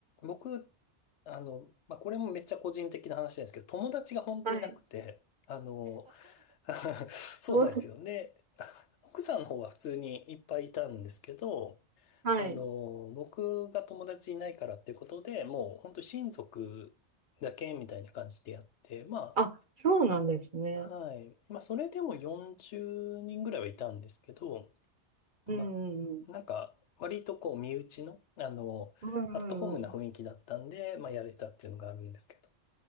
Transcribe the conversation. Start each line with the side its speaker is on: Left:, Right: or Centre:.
Left: 僕、あの、まあ、これもめっちゃ個人的な話なんですけど、友達が本当いなくて、
Right: はい。
Left: あのー <laughs> そうなんですよ。
Right: どう
Left: で、奥さんの方は普通にいっぱいいたんですけど、
Right: はい。
Left: あの、僕が友達いないからっていうことで、もう本当親族だけみたいな感じでやって、ま
Right: あ、そうなんですね。
Left: あ、はい。まあ、それでも40人ぐらいはいたんですけど、まあ、
Right: うんうんうん。
Left: なんか、割とこう、身内の、あの、
Right: うんうんうん。
Left: アットホームな雰囲気だったんで、まあ、やれたっていうのがあるんですけど、